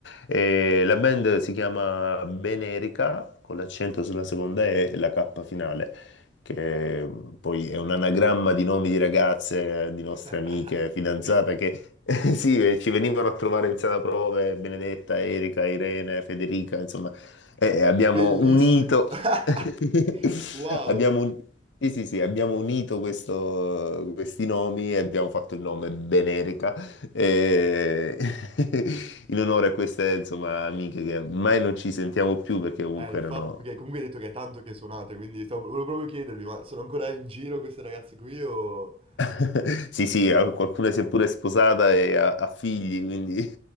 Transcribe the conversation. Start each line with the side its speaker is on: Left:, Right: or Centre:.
Left: E la band si chiama Benerica, con l'accento sulla seconda E e la K finale, che mm, poi è un anagramma di nomi di ragazze, di nostre
Right: <laughs>
Left: amiche, fidanzate,
Right: Be-
Left: che <laughs> sì, eh, ci venivano a trovare in sala prove, Benedetta, Erika, Irene, Federica, insomma eh, eh, abbiamo
Right: Bellissimo.
Left: unito,
Right: <laughs>
Left: <laughs>
Right: Wow.
Left: abbiamo, un- sì, sì, sì, abbiamo unito questo- questi nomi e abbiamo fatto il nome Benerica eh, <laughs> in onore a queste, insomma, amiche che ormai non ci sentiamo più perché comunque
Right: Eh, infatti,
Left: erano...
Right: perché comunque hai detto che è tanto che suonate, quindi stavo- volevo proprio chiedervi, ma sono ancora in giro queste ragazze qui o...
Left: <laughs> Sì, sì, a- qualcuna si è pure sposata e ha, ha figli, quindi...